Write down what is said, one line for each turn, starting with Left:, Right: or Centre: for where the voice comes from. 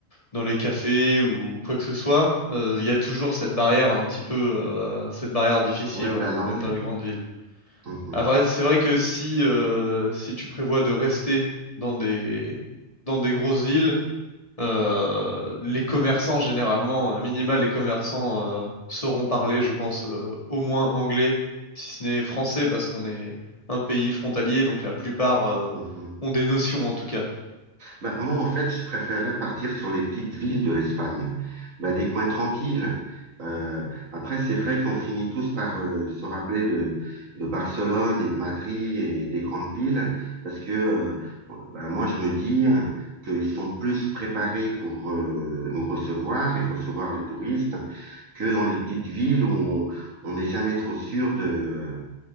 Left: dans les cafés ou quoi que ce soit, euh, il y a toujours cette barrière un petit peu, euh, cette barrière difficile,
Right: Ouais,
Left: ouais,
Right: la langue.
Left: même dans les grandes villes.
Right: Mhm,
Left: Ah, vrai- c'est vrai que si, euh, si tu prévois de rester dans des, dans des grosses villes, euh, les commerçants, généralement, à minima, les commerçants euh, sauront parler, je pense, euh, au moins anglais, si ce n'est français, parce qu'on est un pays frontalier, donc la plupart euh,
Right: mhm.
Left: ont des notions en tout cas.
Right: Ben, moi, en fait, je préférais partir sur les petites villes de l'Espagne, Ben, des coins tranquilles. Euh, après, c'est vrai qu'on finit tous par euh, se rappeler de, de Barcelone et de Madrid et des grandes villes, parce que euh, ben, moi, je me dis euh, qu'ils sont plus préparés pour euh, nous recevoir et recevoir les touristes que dans les petites villes où on on n'est jamais trop sûr de... euh,